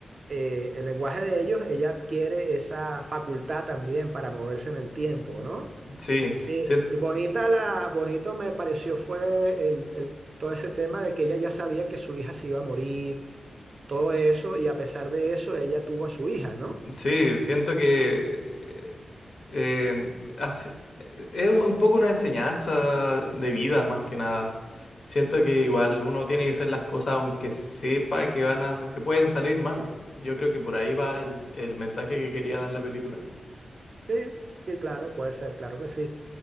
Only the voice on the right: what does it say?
eh, el lenguaje de ellos, ella adquiere esa facultad también para moverse en el tiempo, ¿no?
Y,
y bonita la, bonito me pareció fue el, el- todo ese tema de que ella ya sabía que su hija se iba a morir, todo eso, y a pesar de eso, ella tuvo a su hija, ¿no?
Sí, sí, claro, puede ser, claro que sí.